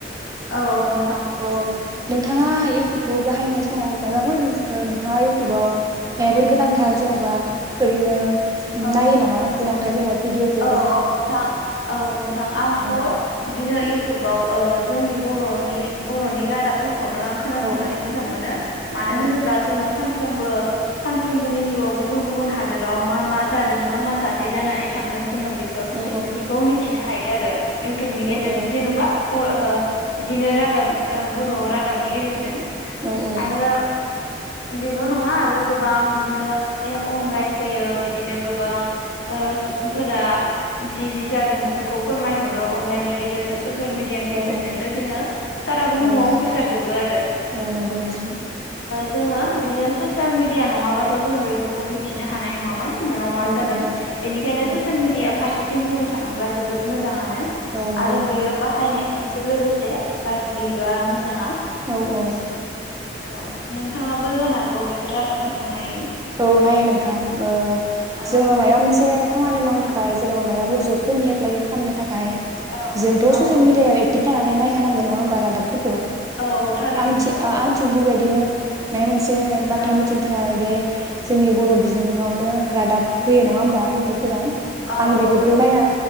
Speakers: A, on the left; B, on the right.
A: औ औ नों
B: अ नोंथाङा इउटुबखौ बाहायनाय स समाव मायबाफोर नोंथाङा इउटुबाव मायबाफोर गोनांथार जेन'बा ओरैनो
A: औ
B: नायो नामा? गोनांथार जेनेबा भिडिअफोर
A: औ औ नोंथां औ नोंथां आंथ'
B: औ
A: बि दिनो इउटुबाव ओ जोंनि बर'नि बर'नि रादाबफोर खौनो आं खोनासंनानै
B: औ
A: मोजां मोनो, मानो
B: औ
A: होनोब्ला जोङो सान सानफ्रोमबो सानफ्रोमबोनि जिउआव गुबुन गुबुन हादोराव मा मा जादों मा मा जाथाय जानानै थांदों जोङो बेखौ
B: औ
A: बेफोरखौ मिथिनो हायो आरो इउटुबनि गेजेरजों
B: औ औ
A: जेनबा अ ओ
B: औ
A: बिदिनो रा दाब बर' रादाबनि गेजेरजों
B: औ औ
A: आरो बेल' नङा आरो गोबां बिदिनो ए अनलाइन फैयो बि दिनो गोबां ओ सुबुं फोरा जि जि जादों बेफोरखौ फोरमायहरो अनलाइननि गेजेरजों ससियेल मिडियानि
B: औ
A: गेजेरजोंनो जोङो सारा बुहुमाव
B: औ
A: गोसारजोबो आरो
B: औ नंगौ नोंथां
A: जोङो बिदिनो ससियेल मिडिया नङाबाथ जोङो बेफोरखौ मिथिनो हानाय नङामोन मायाव मा
B: औ
A: जादों
B: औ
A: बेनिखायनो
B: औ
A: स मिडिया फारसेथिं बुंनो थाङोब्ला जोबोद मो जाङनो
B: औ नंगौ
A: आरो
B: नोंथां
A: बेयो बाहायनाय जोंसो लोगोसे गाज्रि बा मोजाङा
B: औ औ
A: औ नोंथाङाबो जानो हागौ बेफोर रादाबफोरखौ नायो।
B: औ नायो नोंथां ओ
A: औ
B: जोङो माइबा मोनसे खामानि मावनो थाखाय जेनबा माबाफोर जबफोरनि एप्लाइ खालामनो थाखाय
A: औ
B: जोंथ'
A: औ
B: ससियेल मिडियायाव <unintelligible> थानानै नायखानांगोन नङा होमबा रादाबफोर खौ
A: औ औ थारैनो
B: आं
A: नंगौ
B: थि आं थिग बेबायदिनो माया मोनसे बाथ्रा
A: औ
B: मिथिनो थाखाय बे जोंनि बर' बिजोङावनो रादाब होयो नङा होमबा
A: औ
B: इउटुबफोराव
A: औ
B: आं बेफोरखौ
A: औ औ
B: नायना